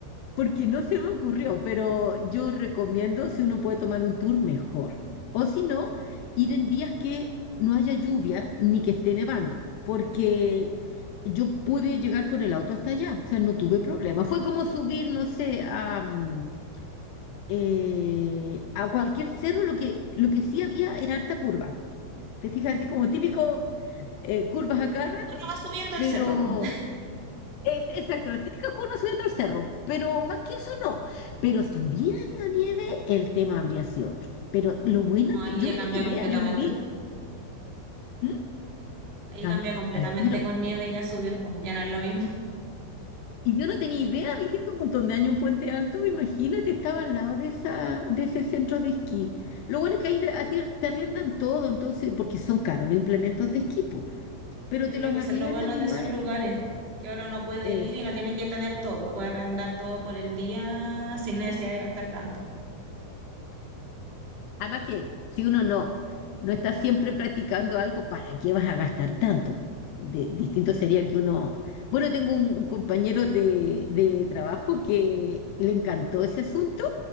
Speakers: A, on the left; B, on the right.
A: porque no se me ocurrió, pero yo recomiendo si uno puede tomar un tour mejor. O si no, ir en días que no haya lluvia ni que esté nevando, porque yo pude llegar con el auto hasta allá, o sea, no tuve problema. Fue como subir, no sé, a, mm, eh, a cualquier cerro, lo que, lo que sí había era harta curva. Te fijas, así como típico eh, curvas a cada rato,
B: Cuando uno va subiendo
A: pero
B: el cerro, pues. <laughs>
A: es, exacto, la típica curva subiendo el cerro, pero más que eso no. Pero si hubiera habido nieve, el tema habría sido otro. Pero lo bueno
B: No,
A: es que
B: ahí
A: yo
B: ya
A: no
B: cambia
A: tenía
B: completamente.
A: idea, yo viví, ¿m?
B: Ahí
A: cambia
B: cambia completamente
A: al tiro.
B: con nieve ya subir, pues. Ya no es lo mismo.
A: Y yo no tenía idea, viviendo un montón de años en Puente Alto, imagínate, estaba al lado de, esa, de ese centro de esquí. Lo bueno es que ahí te- a ti te arriendan todo, entonces, porque son caros los implementos de esquí, po,
B: <laughs>
A: pero
B: Yo
A: te
B: creo
A: los
B: que
A: arriendan
B: eso es lo bueno
A: y
B: de
A: no
B: esos
A: es...
B: lugares, que ahora uno puede
A: Exacto.
B: ir y no tiene que tener todo, pues puede arrendar todo por el día sin necesidad de gastar tanto.
A: Además que si uno no, no está siempre practicando algo, ¿para qué vas a gastar tanto? De- distinto sería que uno... Bueno, tengo un, un compañero de, de trabajo que le encantó ese asunto